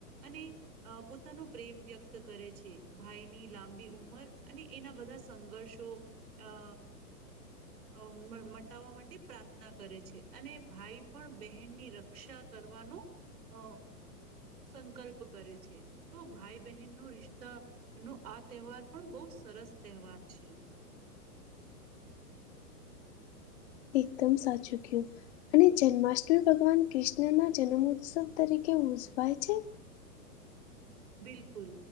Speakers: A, on the right; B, on the left.
A: અને અ પોતાનો પ્રેમ વ્યક્ત કરે છે, ભાઈની લાંબી ઉંમર અને એના બધા સંઘર્ષો અ અ મટાવવા માટે પ્રાર્થના કરે છે, અને ભાઈ પણ બહેનની ર કક્ષા કરવાનું અ સંકલ્પ કરે છે, તો ભાઈ બહેન નો રિશ્તા એનો આ તહેવાર પણ બહુ સરસ તહેવાર છે.
B: એકદમ સાચું કયું અને જન્માષ્ટમી ભગવાન કૃષ્ણના જન્મોત્સવ તરીકે ઉજવાય છે.
A: બિલકુલ